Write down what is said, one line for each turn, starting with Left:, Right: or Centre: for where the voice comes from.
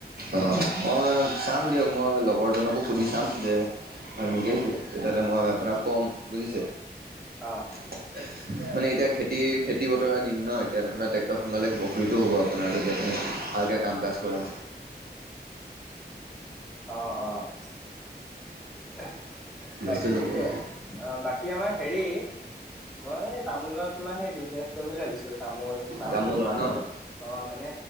Right: অঁ, মই চাম দিয়ক মই লগৰজনকো সুধি চাম, যে হয় নেকি? তেতিয়াহ'লে মই আপোনাক কম বুজিছে।
Centre: অ',
Right: <unintelligible> মানে এতিয়া খেতি খেতি বতৰা দিন ন এতিয়া আপোনাৰ টেক টৰ খন ললে প্ৰফটো হ'ব আপোনাৰ, যদি আপুনি ভালকে কাম কাজ কৰে।
Centre: অ', অ' <inaudible>
Right: হুলস্থুল
Centre: বাকী
Right: নকৰে
Centre: অ' বাকী আমাৰ হেৰি মই এই তামোলৰ তোমাৰ সেই বিজনেছ কৰিম বুলি ভাবিছোঁ, তামোল তামোল
Right: দামো লয়
Centre: তামোল
Right: ন।
Centre: গড অ' মানে